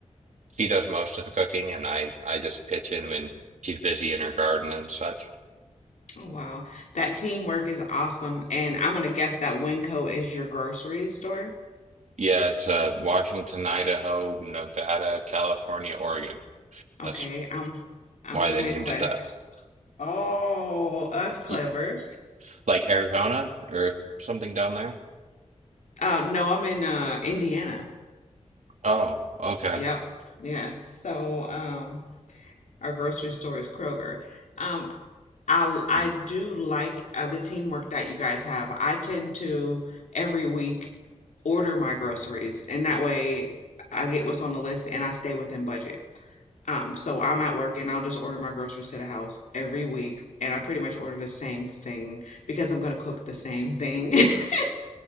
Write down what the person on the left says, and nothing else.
Wow, that teamwork is awesome. And I'm gonna guess that Winco is your grocery store.
Okay,
I'm I'm
in
the Midwest.
Oh, that's
clever.
Uh, no, I'm in uh, Indiana.
Yep. Yeah. So, um, our grocery store is Kroger. Um, I I
do like uh, the teamwork that you guys have. I tend to every week order my groceries, and that way I get what's on the list and I stay within budget. Um, so I'm at work and I'll just order my groceries to the house every week, and I pretty much order the same thing because I'm gonna cook the same thing. <laughs>